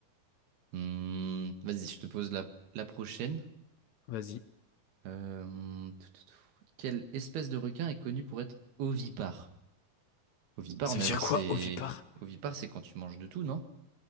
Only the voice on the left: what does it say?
Vas-y.
Ça
veut dire quoi,
ovipare?